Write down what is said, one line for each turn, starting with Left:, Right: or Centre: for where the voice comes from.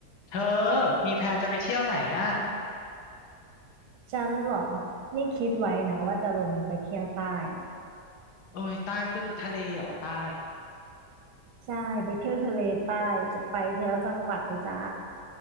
Left: เธอมีแผนจะไปเที่ยวไหนอ่ะ
Right: ฉันเหรอนี่คิดไว้นะว่าจะลงไปเที่ยวใต้
Left: โอ้ยใต้ก็ดีทะเลเหรอใต้
Right: ใช่ไปเที่ยวทะเลใต้จะไปเทียวจังหวัดเลยจ้า